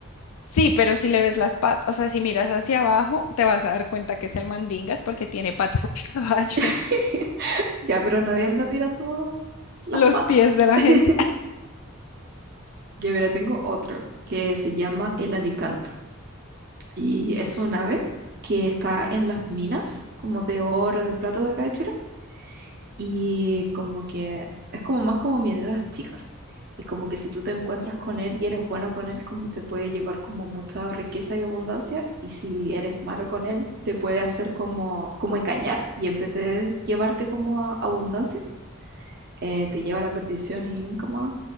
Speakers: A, on the left; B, on the right.
A: Sí, pero si le ves las patas, o sea, si miras hacia abajo, te vas a dar cuenta que es el mandingas porque tiene patas de <laughs> caballo.
B: <laughs> Ya, pero nadie anda mirando las
A: Los
B: patas.
A: pies de la
B: <laughs>
A: gente. Ah,
B: Yo mira, tengo otro que se llama el alicanto y es un ave que está en las minas como de oro, de plata de acá de Chile y como que es como más como mineras chicas y como que si tú te encuentras con él y eres bueno con él como te puede llevar como mucha riqueza y abundancia y si eres malo con él te puede hacer como como engañar y en vez de llevarte como a abundancia eh, te lleva a la perdición y nunca más